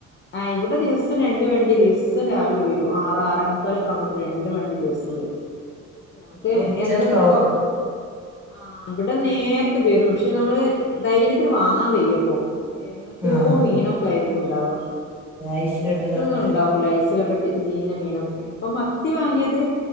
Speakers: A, on the left; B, in the centre.
A: ആഹ് ഇവിടെ ദിവസം രണ്ട് വണ്ടി ദിവസം രാവിലെ വരും ആറ് ആറ മുക്കാലൊക്കെ ആവുമ്പോത്തിന് രണ്ട് വണ്ടി ദിവസം വരും
B: ഇവിടെ
A: ട്ടെ
B: ഉച്ചൊക്കെ
A: എന്നത്
B: ആവും
A: കൊ ആ വടെ നേരത്തെ വരും പക്ഷെ നമ്മള് ധൈര്യത്തില് വാങ്ങാൻ വയ്യപ്പൊ എന്നത്തോ
B: ആഹ്
A: മീനൊക്കെ ആയിരിക്കും ണ്ടാവ
B: ഐസിലിട്ടതൊക്കെ
A: ഫ്രഷോന്നും ണ്ടാവൂല ലൊക്കെ ഇട്ടിട്ട് ചീഞ്ഞ മീനൊക്കെയാണ് ഇപ്പൊ മത്തി വാങ്ങിയത്